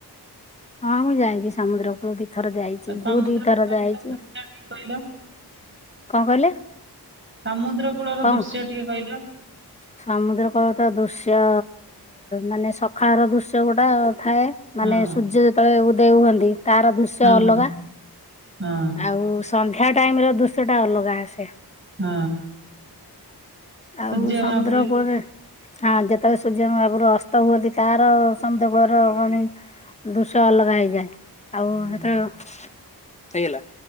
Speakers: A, on the left; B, on the right.
A: ହଁ ମୁଁ ଯାଇଚି ସମୁଦ୍ରକୂଳ ଦେଖି ଥର ଯାଇଛି
B: ଆଉ ସମୁଦ୍ର
A: ଯୋଉ ଦି ଥର
B: କୂଳରେ
A: ଯାଇଛି,
B: ଟିକେ କହିଲ
A: କଣ କହିଲେ?
B: ସମୁଦ୍ର କୂଳ ର
A: କଣ
B: ଦୃଶ୍ୟ ଟିକେ କହିଲ।
A: ସମୁଦ୍ର କୂଳ ତ ଦୃଶ୍ୟ ମାନେ ସକାଳ ର ଦୃ <unintelligible> ଗୋଟା ଥାଏ। ମାନେ
B: ହଁ
A: ସୂର୍ଯ୍ୟ ଯେତେବେଳେ ଉଦୟ ହୁଅନ୍ତି ତାର ଦୃଶ୍ୟ
B: ହଁ
A: ଅଲଗା।
B: ହଁ
A: ଆଉ ସନ୍ଧ୍ୟା ଟାଇମ୍ ର ଦୃଶ୍ୟ ଟା ଅଲଗା ଆସେ।
B: ହଁ
A: ଆଉ
B: ସୂର୍ଯ୍ୟ
A: ସମୁଦ୍ର
B: ମହାପୁରୁ
A: କୂଳରେ ହଁ ଯେତେବେଳେ ସୂର୍ଯ୍ୟ ମହାପୁରୁ ଅସ୍ତ ହୁଅନ୍ତି ତାର ସମୁଦ୍ର କୂଳର ମାନେ ଦୃଶ୍ୟ ଅଲଗା ହେଇଯାଏ।
B: ହୁଁ
A: ଆଉ ହେତେବେଳୁ, ହେଇଗଲା।